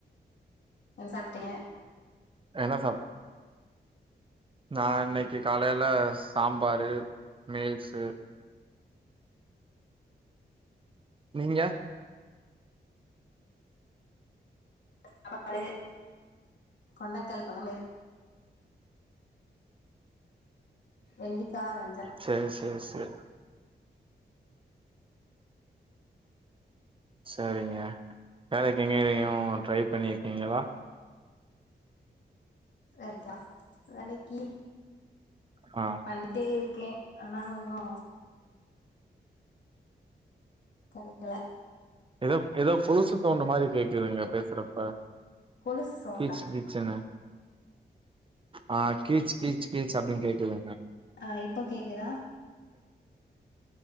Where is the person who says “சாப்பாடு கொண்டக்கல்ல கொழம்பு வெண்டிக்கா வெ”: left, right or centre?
Left